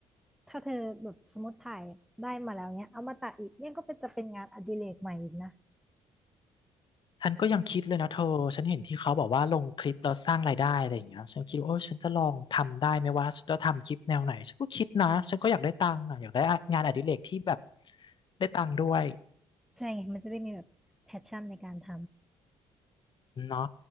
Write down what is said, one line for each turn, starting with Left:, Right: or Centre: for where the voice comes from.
Centre: ถ้าเธอแบบสมมติถ่ายได้มาแล้วเนี้ยเอามาตัดอีกเนี่ยก็เป็นจะเป็นงานอดิเรกใหม่อีกนะ
Left: ฉันก็ยังคิดเลยนะเธอฉันเห็นที่เขาบอกว่าลงคลิปแล้วสร้างรายได้อะไรอย่างเงี้ยฉันคิดว่าโอ้ฉันจะลองทำได้ไหมว่าฉันจะทำคลิปแนวไหนฉันก็คิดนะฉันก็อยากได้ตังค์อ่ะอยากได้งานอดิเรกที่แบบได้ตังค์ด้วย
Centre: ใช่ไงมันจะได้มีแบบแพชชั่นในการท
Left: เนาะ